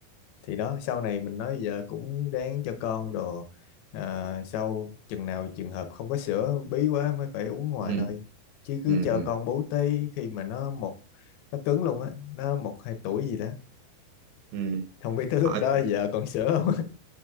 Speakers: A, on the left; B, on the right.
A: Thì đó sau này mình nói giờ cũng ráng cho con đồ à, sau chừng nào trường hợp không có sữa bí quá mới phải uống ngoài
B: Ừ.
A: thôi. Chứ cứ
B: Ừ.
A: chờ
B: ừ.
A: con bú tí khi mà nó một nó cứng luôn á, nó một hai tuổi gì đó
B: Ừ.
A: không biết tới lúc
B: Ờ,
A: đó giờ còn sửa không